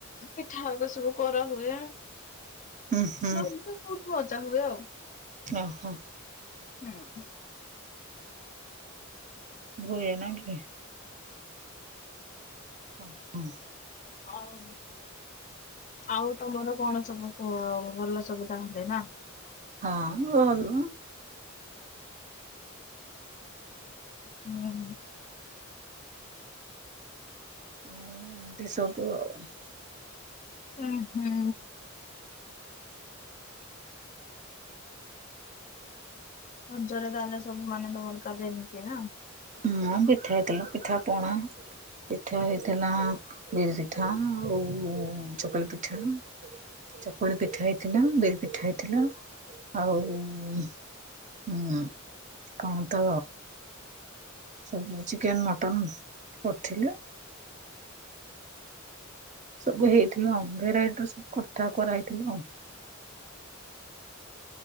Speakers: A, on the left; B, on the right.
A: ପିଠାହବ ସବୁ କରାହୁଏ ରଜରେ
B: ହୁଁ ହୁଁ
A: ବହୁତ ମଜା ହୁଏ ଆଉ।
B: ଓ ହୋ।
A: ହୁଁ।
B: ହୁଏ ନାଁ କି? ହ ହଁ।
A: <unintelligible> ଆଉ ତମର କଣ ସବୁ କୁହ ଭଲ ସବୁ ତାହେଲେ ନା?
B: ହଁ ଭଲ।
A: ଉଁ ହୁଁ।
B: ଆଉ ଏମିତି ସବୁ ଆଉ।
A: ଉଁ ହୁଁ। ମଞ୍ଚରେ ତାହେଲେ ସବୁ ମାନେଙ୍କ ଦରକାର ଏମିତି ନା।
B: ହୁଁ ପିଠା ହେଇଥିଲା ପିଠା ପଣା। ପିଠା ହେଇଥିଲା ବିରି ପିଠା ଆଉ ଚକୁଳି ପିଠା। ଚକୁଳି ପିଠା ହେଇଥିଲା ବିରି ପିଠା ହେଇଥିଲା ଆଉ। ହୁଁ କଣ ତ? ସବୁ ଚିକେନ୍ ମଟନ୍ କରିଥିଲା। ସବୁ ହେଇଥିବ ଆଉ ଭେରାଇଟ୍ ର ସବୁ କଥା କରାହେଇଥିବ ଆଉ।